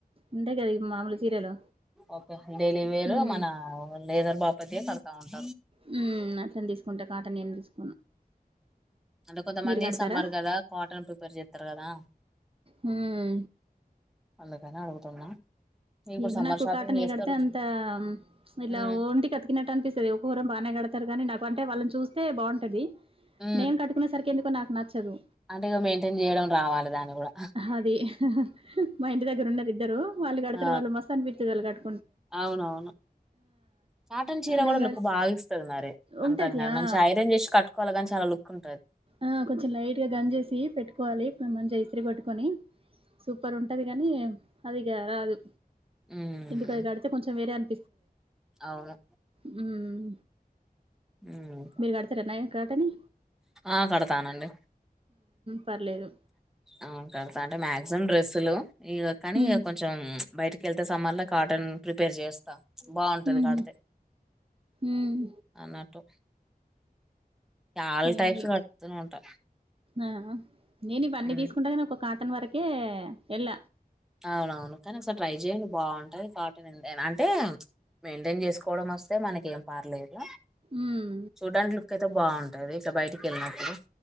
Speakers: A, on the right (about 35°); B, in the centre.
A: ఉంటాయి కద ఈ మాములు చీరలు
B: ఓకే డైలీ వేరు
A: ఉమ్
B: మన లేదర్ బాపతి కడతా ఉంట
A: హ్మ్ అట్లనే తీసుకుంటా కాటని ఏం తీసుకుంట
B: అంటే కొంతమంది
A: మీరు కడతారా
B: సమ్మర్ కదా కాటన్ ప్రిఫర్ చేస్తారు కదా
A: హ్మ్
B: అందుకని అడుగుతున్నా ఇప్పుడు
A: ఏమో
B: సమ్మర్
A: నాకు
B: షాపింగ్
A: కాటనియి
B: చేస్తారు
A: కడితే అంతా ఇలా
B: ఉ
A: ఒంటి కి అతికినట్టు అనిపిస్తది ఒకొకరేమో బానే కడ కడతరు కానీ నాకు అంటే వాళ్ళని చూస్తే బావుంటది
B: ఉ
A: నేను కట్టుకునే సరికి ఎందుకో నాకు నచ్చదు
B: అంటే ఇగ మెయింటైన్ చేయడం రావాలి దాని కూడా
A: అది మా ఇంటి దగ్గర ఉన్నారు ఇద్దరు వాళ్ళు కడతారు
B: ఆ
A: వాళ్ళు మస్త అనిపిస్తరు వాళ్ళు కట్టు
B: అవునవును కాటన్ చీర
A: నేను
B: కూడా
A: గట్
B: లుక్ బా ఇస్తది మరి అందంగా
A: ఉంటది.
B: కానీ
A: ఆ!
B: మంచి ఐరన్ చేసి కట్టు కోవాలి గాని చాలా లుక్ ఉం
A: ఆ కొంచం లైట్ గా గంజేసి పెట్టుకోవాలి మంచిగా ఇస్త్రీ కొట్టుకొని సూపర్ ఉంటది కాని అదిగా రాదు
B: ఉమ్
A: ఇందుకు అది కడితే కొంచెం వేరే అను
B: అవును
A: హ్మ్
B: ఉమ్
A: మీరు గడతారా నైన్ కాటన్ ని
B: ఆ కడతానండి
A: పర్లేదు
B: ఆ కడతా అంటే మాక్సిమ్ డ్రె డ్రెస్సులు ఇగ కానీ
A: ఉమ్
B: ఇక కొంచెం బయటకి వెళ్తే సమ్మర్ లో కాటన్ ప్రిపేర్ చేస్తా బాగుంటది
A: ఉహు
B: కాడితే
A: ఉమ్
B: అన్నట్టు చాలా
A: ఏమో
B: టైప్స్
A: ఇ
B: కడుతూనే ఉంటా
A: ఆ నేను ఇవన్నీ
B: ఉమ్
A: తీసుకుంటాగా నా ఒక కాటన్ వరకే వెళ్ళ
B: అవునవును కానీ అసలు ట్రై చెయండి బాగుంటది కాట అంటే మెయింటైన్ చేసుకోవడం వస్తే మనకి ఏం పర్లేదు
A: ఉమ్
B: చూడానికి లుక్ అయితే బాగుంటది ఇట్లా బయటికి వెళ్ళినప్పుడు